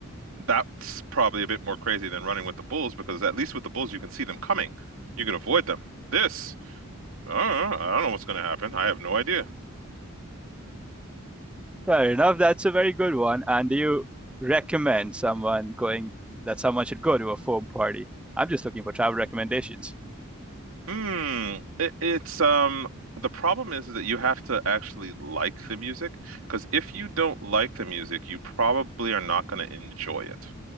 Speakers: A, on the right; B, in the centre.
A: That's probably a bit more crazy than running with the bulls because at least with the bulls you can see them coming. You can avoid them. This, uh, I don't know what's going to happen. I have no idea.
B: Fair enough. That's a very good one. And do you recommend someone going that someone should go to a foam party? I'm just looking for travel recommendations.
A: Hmm. It, it's um the problem is that you have to actually like the music because if you don't like the music, you probably are not going to enjoy it.